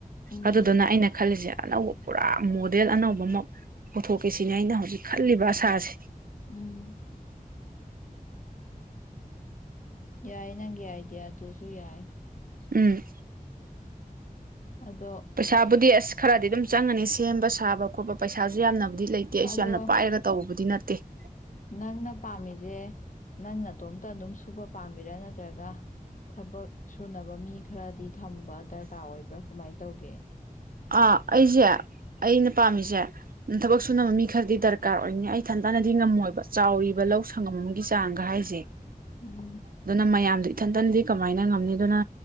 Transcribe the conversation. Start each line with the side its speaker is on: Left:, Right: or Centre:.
Left: ꯎꯝ
Right: ꯑꯗꯨꯗꯨꯅ ꯑꯩꯅ ꯈꯜꯂꯤꯁꯦ ꯑꯅꯧꯕ ꯄꯨꯔꯥ ꯃꯣꯗꯦꯜ ꯑꯅꯧꯕ ꯑꯃ ꯄꯨꯊꯣꯛꯀꯦ ꯁꯤꯅꯦ ꯑꯩꯅ ꯍꯧꯖꯤꯛ ꯈꯜꯂꯤꯕ ꯑꯁꯥ <inaudible>
Left: ꯎꯝ ꯌꯥꯏ ꯅꯪꯒꯤ ꯑꯥꯏꯗꯤꯌꯥꯗꯨꯁꯨ ꯌꯥꯏ
Right: ꯎꯝ
Left: ꯑꯗꯣ
Right: ꯄꯩꯁꯥꯕꯨꯗꯤ ꯑꯁ ꯈꯔꯗꯤ ꯑꯗꯨꯝ ꯆꯪꯉꯅꯤ ꯁꯦꯝꯕ ꯁꯥꯕ ꯈꯣꯠꯄ ꯄꯩꯁꯥ ꯏꯁꯥꯁꯦ ꯌꯥꯝꯅ ꯕꯨꯗꯤ ꯂꯩꯇꯦ ꯑꯩꯁꯨ
Left: ꯑꯗꯣ
Right: ꯌꯥꯝꯅ ꯄꯥꯏꯔꯒ ꯇꯧꯕꯕꯨꯗꯤ ꯅꯠꯇꯦ <inaudible>
Left: ꯅꯪꯅ ꯄꯥꯝꯃꯤꯁꯦ ꯅꯪꯅ ꯑꯇꯣꯝꯇ ꯑꯗꯨꯝ ꯁꯨꯕ ꯄꯥꯝꯃꯤꯔꯥ ꯅꯠꯇ꯭ꯔꯒ ꯊꯕꯛ ꯁꯨꯅꯕ ꯃꯤ ꯈꯔꯗꯤ ꯊꯝꯕ ꯗꯔꯀꯥꯔ ꯑꯣꯏꯕ꯭ꯔꯥ ꯀꯃꯥꯏꯅ ꯇꯧꯒꯦ
Right: ꯑꯥ ꯑꯩꯁꯦ ꯑꯩꯅ ꯄꯥꯝꯃꯤꯁꯦ ꯊꯕꯛ ꯁꯨꯅꯕ ꯃꯤ ꯈꯔꯗꯤ ꯗꯔꯀꯥꯔ ꯑꯣꯏꯅꯤ ꯑꯩ ꯊꯟꯇꯥꯅꯗꯤ ꯉꯝꯃꯣꯏꯕ ꯆꯥꯎꯔꯤꯕ ꯂꯧ ꯁꯪꯉꯝ ꯑꯃꯒꯤ ꯆꯥꯡꯒ ꯍꯥꯏꯁꯦ
Left: ꯎꯝ
Right: ꯑꯗꯨꯅ ꯃꯌꯥꯝꯗꯤ ꯏꯊꯟꯇꯟꯗꯤ ꯀꯃꯥꯏꯅ ꯉꯝꯅꯤ ꯑꯗꯨꯅ